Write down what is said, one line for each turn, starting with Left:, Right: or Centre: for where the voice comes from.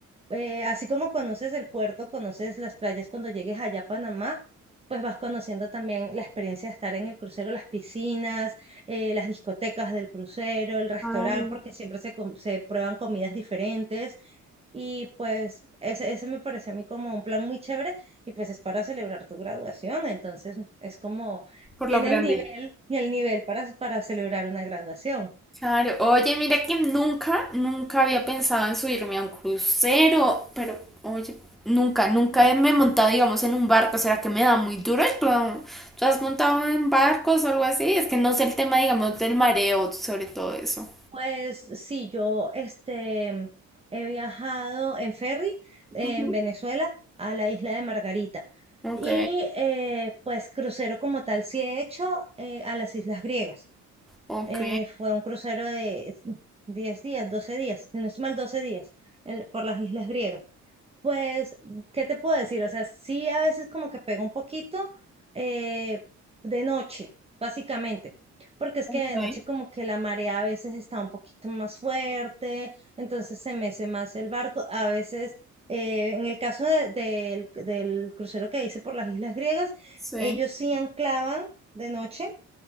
Right: eh, así como conoces el puerto, conoces las playas cuando llegues allá a Panamá, pues vas conociendo también la experiencia de estar en el crucero, las piscinas, eh, las discotecas del crucero, el restaurante,
Centre: Claro.
Right: porque siempre se, com- se prueban comidas diferentes. Y pues ese, ese me parece a mí como un plan muy chévere y pues es para celebrar tu graduación, entonces es como
Centre: Por
Right: tiene
Centre: lo grande.
Right: el nivel y el nivel para, para celebrar una graduación.
Centre: Claro, oye, mira que nunca, nunca había pensado en subirme a un crucero, pero oye, nunca, nunca me he montado, digamos, en un barco, ¿será que me da muy duro? ¿Tú, tú has montado en barcos o algo así? Es que no sé el tema, digamos, del mareo, sobre todo eso.
Right: Pues sí, yo este, he viajado en ferry en
Centre: Ujú.
Right: Venezuela a la isla de Margarita
Centre: Ok,
Right: y eh, pues crucero como tal sí he hecho eh, a las islas griegas.
Centre: ok,
Right: Eh, fue un crucero de 10 días, 12 días, si no es mal 12 días en- por las islas griegas. Pues, ¿qué te puedo decir? O sea, sí a veces como que pega un poquito eh, de noche, básicamente, porque es
Centre: ok,
Right: que de noche como que la marea a veces está un poquito más fuerte, entonces se mece más el barco. A veces, eh, en el caso de- del del crucero que hice por las Islas Griegas,
Centre: sí,
Right: ellos sí anclaban de noche,